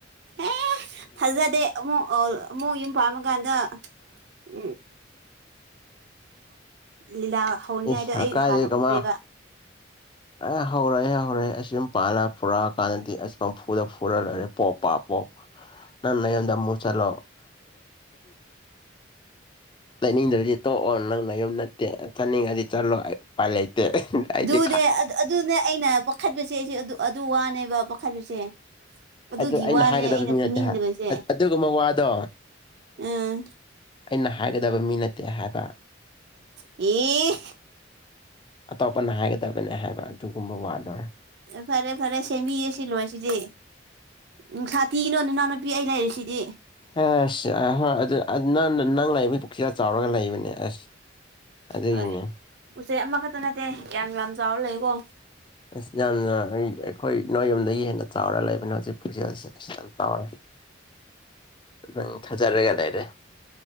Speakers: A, on the right; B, on the left.
A: ꯑꯦ ꯐꯖꯗꯦ ꯑꯃꯨꯛ ꯑꯃꯨꯛ ꯌꯨꯝ ꯄꯥꯝꯃꯀꯥꯟꯗ ꯎꯝ ꯂꯤꯂꯥ ꯍꯧꯅꯤꯡꯉꯥꯏꯗ
B: ꯏꯁ
A: ꯑꯩ
B: ꯀꯥꯏꯗꯩ
A: ꯍꯥꯟꯅ
B: ꯀꯃꯥꯏ
A: ꯎꯔꯦꯕ
B: ꯑꯦ ꯍꯧꯔꯛꯑꯦ ꯍꯧꯔꯛꯑꯦ ꯑꯁ ꯌꯨꯝ ꯄꯥꯜꯂ ꯐꯨꯔꯛꯑ ꯀꯥꯟꯗꯗꯤ ꯑꯁ ꯄꯝꯐꯨꯗ ꯐꯨꯔ ꯂꯣꯏꯔꯦ ꯄꯣ ꯄꯥꯛ ꯄꯣ ꯅꯥꯟ ꯌꯗꯃꯨ ꯆꯂꯣ ꯂꯩꯅꯤꯡꯗꯕꯗꯤ ꯇꯣꯛꯑꯣ ꯅꯪꯅ ꯌꯨꯝ ꯅꯠꯇꯦ ꯆꯠꯅꯤꯡꯉꯗꯤ ꯆꯠꯂꯣ ꯑꯌꯨ ꯄꯄꯥ ꯂꯩꯇꯦ ꯍꯥꯏꯗꯤ
A: ꯑꯗꯨꯅꯦ ꯑꯗꯨꯅꯦ ꯑꯩꯅ ꯄꯥꯈꯠꯄꯁꯦ ꯑꯩꯁꯦ ꯑꯗꯨ ꯋꯥꯅꯦꯕ ꯄꯥꯈꯠꯄꯁꯦ ꯑꯗꯨꯒꯤ
B: ꯑꯗꯨ ꯑꯩꯅ
A: ꯋꯥꯅꯦ
B: ꯍꯥꯏꯒꯗꯕ ꯃꯤ
A: ꯄꯤꯅꯤꯡꯗꯕꯁꯦ
B: ꯅꯠꯇꯦ ꯍꯥꯏ ꯑꯗꯨꯒꯨꯝꯕ ꯋꯥꯗꯣ
A: ꯎꯝ
B: ꯑꯩꯅ ꯍꯥꯏꯒꯗꯕ ꯃꯤ ꯅꯠꯇꯦ ꯍꯥꯏꯕ
A: ꯌꯦ
B: ꯑꯇꯣꯞꯄꯅ ꯍꯥꯏꯒꯗꯕꯅꯦ ꯍꯥꯏꯕ ꯑꯗꯨꯒꯨꯝꯕ ꯋꯥꯗꯔꯦ
A: ꯐꯔꯦ ꯐꯔꯦ ꯁꯦꯝꯦꯃꯤꯕꯤ ꯌꯦ ꯁꯤ ꯂ ꯁꯤꯗꯤ ꯎꯝ ꯁꯥꯇꯤꯒꯤꯅꯣ ꯏꯅꯥꯎꯅꯨꯄꯤ ꯑꯩ ꯂꯩꯔꯤꯦ ꯁꯤꯗꯤ
B: ꯑ ꯍ ꯑꯗꯨ ꯑꯗꯨ ꯅ ꯅꯪ ꯂꯩꯕꯁꯤꯔ ꯆꯥꯎꯔꯒ ꯂꯩꯕꯅꯦ ꯑꯁ ꯑꯗꯨꯒꯤꯅꯦ
A: ꯍꯣꯏ ꯎꯆꯦꯛ ꯑꯃꯈꯛꯇ ꯅꯠꯇꯦ ꯌꯥꯝ ꯌꯥꯝ ꯆꯥꯎꯔ ꯂꯩꯀꯣ
B: ꯑꯁ ꯌꯥꯝꯅ ꯑꯩꯈꯣꯏ ꯅꯣꯏ ꯌꯨꯝꯗꯒꯤ ꯍꯦꯟꯅ ꯆꯥꯎꯔ ꯂꯩꯕꯅꯦ ꯍꯧꯖꯤꯛ ꯄꯨꯛꯆꯦꯜꯁꯦ ꯑ ꯌꯥꯝ ꯆꯥꯎꯋꯦ ꯅꯪ ꯊꯥꯖꯔꯒ ꯂꯩꯔꯦ